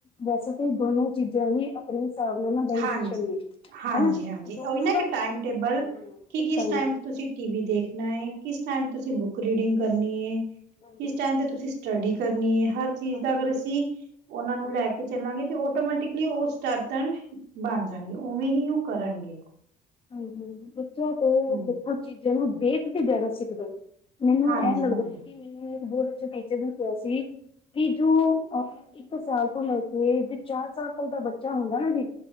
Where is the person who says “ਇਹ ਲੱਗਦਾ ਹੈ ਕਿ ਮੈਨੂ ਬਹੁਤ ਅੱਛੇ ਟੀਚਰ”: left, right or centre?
Left